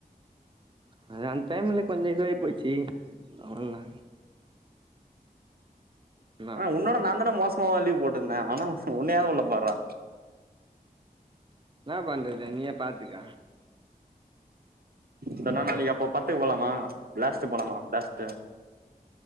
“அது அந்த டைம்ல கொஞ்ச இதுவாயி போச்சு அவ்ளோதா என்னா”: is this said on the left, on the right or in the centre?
Right